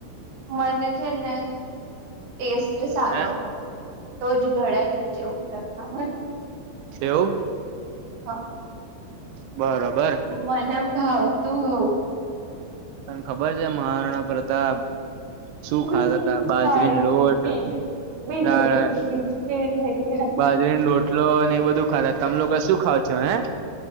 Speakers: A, on the right; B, on the right.
A: મને છે ને ટેસ્ટ સારો
B: હે
A: હોવો જોઈએ. તોજ ગળા નીચે ઉતર ખાવાનુ
B: એવું.
A: હા.
B: બરોબર.
A: હું મને ભાવ તું હોઉ જોઇએ.
B: તને ખબર છે મહારાણા પ્રતાપ શું
A: જોઈએ
B: ખાતાા તા બાજરીની
A: ના એ નહી
B: લોટ
A: બીજું બીજું
B: તારે
A: બીજું બીજું એ જ લઈ ગયા
B: બાજરી રોટલો અને એ બધું ખાતાતા તમે લોકો શું ખાવ છો હે.